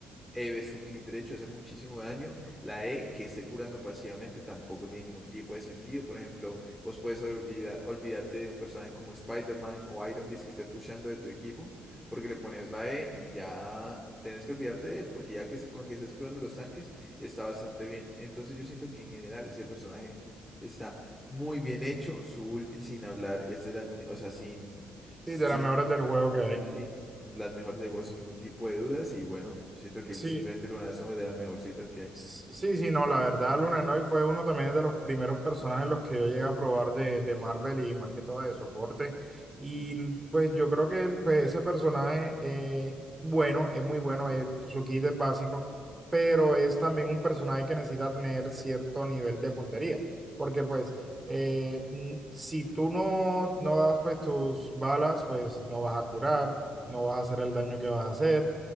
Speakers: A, in the centre; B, on the right (about 20°).
A: e su clic derecho hace muchísimo daño. La E que esté curando pasivamente tampoco tiene ningún tipo de sentido. Por ejemplo, vos puedes olvida- olvidarte de un personaje como Spider-Man o Iron Fist que esté pushando de tu equipo porque le pones la E y ya tenés que olvidarte de él porque ya que se- con que estés curando los tanques está bastante bien. Entonces yo siento que en general ese personaje está muy bien hecho. Su ulti sin hablar es de las, mi- o sea, sin, sin
B: y de las mejores del juego que hay.
A: Sí. Las mejores del juego sin ningún tipo de dudas y bueno, siento que
B: Sí,
A: simplemente Luna Snow es de las mejorcitas que hay.
B: Sí, sí, no, la verdad, Luna Noy fue uno también de los primeros personajes los que yo llegué a probar de, de Marvel y más que todo de soporte. Y pues yo creo que el- pues, ese personaje, eh, bueno, es muy bueno, es, su kit es básico, pero es también un personaje que necesita tener cierto nivel de puntería, porque pues eh, mm, si tú no, no das pues tus balas, pues no vas a curar, no vas a hacer el daño que vas a hacer.